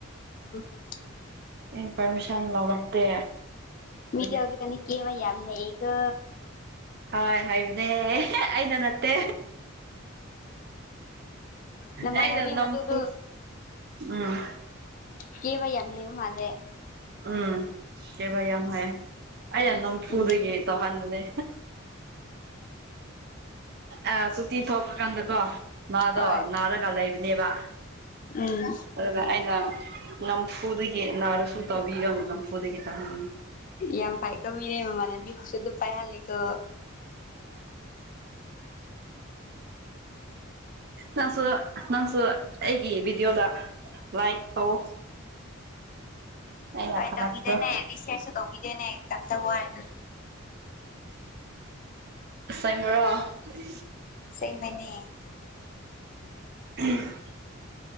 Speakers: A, on the left; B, on the right.
A: <unintelligible>
B: ꯑꯩ ꯄꯥꯔꯃꯤꯁꯟ ꯂꯧꯔꯛꯇꯦ
A: ꯃꯤꯗꯤ
B: ꯑꯗꯨꯒꯤ
A: ꯍꯧꯖꯤꯛꯀꯥꯟꯗꯤ ꯀꯦꯕ ꯌꯥꯝ ꯍꯩꯌꯦꯀꯣ
B: ꯍꯣꯏ ꯍꯩꯕꯅꯦ ꯑꯩꯅ ꯅꯠꯇꯦ
A: ꯅꯃꯥꯟꯅꯕꯤ
B: ꯑꯩꯅ ꯅꯝꯐꯨ
A: ꯃꯗꯨꯗꯨ
B: ꯎꯝ
A: ꯀꯦꯕ ꯌꯥꯝ ꯍꯦꯕ ꯃꯥꯜꯂꯦ
B: ꯎꯝ ꯀꯦꯕꯥ ꯌꯥꯝ ꯍꯩ ꯑꯩꯩꯅ ꯅꯝꯐꯨꯗꯒꯤ
A: ꯎꯝ
B: ꯇꯩꯍꯟꯕꯅꯦ ꯑ ꯁꯨꯇꯤ ꯊꯣꯛꯄꯀꯥꯟꯗ ꯀꯣ ꯃꯥꯗꯣ
A: ꯍꯣꯏ
B: ꯅꯥꯔꯒ ꯂꯩꯕꯅꯦꯕ
A: ꯎꯝ
B: ꯑꯗꯨꯗ ꯑꯩꯅ ꯅꯝꯐꯨꯗꯒꯤ ꯅꯥꯔꯁꯨ ꯇꯧꯕꯤꯌꯝ ꯅꯝꯐꯨꯗꯒꯤ ꯇꯧꯍꯟꯕꯅꯤ
A: ꯌꯥꯝ ꯐꯥꯏꯀꯣ ꯃꯤꯗꯤ ꯃꯃꯥꯟꯅꯕꯤ ꯗꯨꯁꯨ ꯗꯨꯝ ꯄꯥꯏ ꯍꯜꯂꯤꯀꯣ
B: ꯅꯪꯁꯨ ꯅꯪꯁꯨ ꯑꯩꯒꯤ ꯚꯤꯗꯤꯌꯣꯗ ꯂꯥꯏꯛ ꯇꯧ ꯑꯩꯅ
A: ꯍꯣꯏ
B: ꯊꯥꯒꯠꯄꯗꯣ
A: ꯇꯧꯕꯤꯗꯣꯢꯅꯦ ꯔꯤꯁꯤꯔꯁꯨ ꯇꯧꯕꯤꯗꯣꯢꯅꯦ ꯀꯩꯝꯇ ꯌꯥꯔꯨꯅꯨ
B: ꯍꯦꯁꯥꯏꯕꯔꯣ <inaudible>
A: ꯑꯁꯦꯡꯕꯅꯦ
B: ꯎꯝ <inaudible>